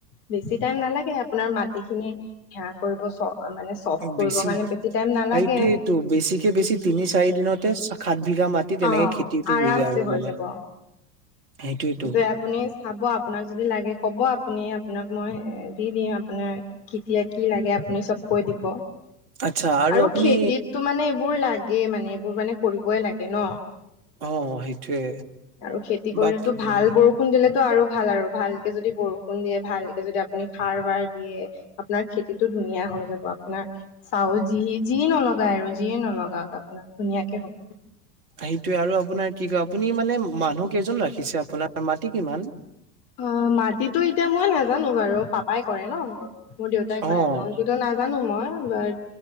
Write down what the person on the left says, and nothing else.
বেছি টাইম নালাগে আপোনাৰ মাটি খিনি সেৱা কৰিব চ মানে। চফ্ট কৰিবৰ
কাৰণে টাইম নালাগে।
অ
আৰামছে
যাব।
সেইটোৱে আপুনি চাব আপোনাক যদি লাগে ক'ব আপুনি আপোনাক মই দি দিম আপোনাৰ কেতিয়া কি লাগে আপুনি চব কৈ দিব।
আৰু
খেতিতো মানে এইবোৰ লাগে মানে এইবোৰ মানে কৰিবই লাগে ন।
আৰু খেতি কৰিলেটো
ভাল বৰষুণ। বৰষুণ দিলেতো আৰু ভাল আৰু ভালকৈ যদি বৰষুণ দিয়ে ভালকৈ যদি আপুনি খাৰ বাৰ দিয়ে। আপোনাৰ খেতিটো ধুনীয়া হৈ যাব আপোনাৰ চাউল যি যি নল‌ওক। লগাই আৰু যিয়ে নলগাওক আপোনাৰ ধুনীয়াকে হ'ব।
অ' মাটিতো এতিয়া মই নাজানো বাৰু পাপাই কৰে ন। মোৰ দেউতাই কৰে
ত সেইটোতো নাজানো মই বাট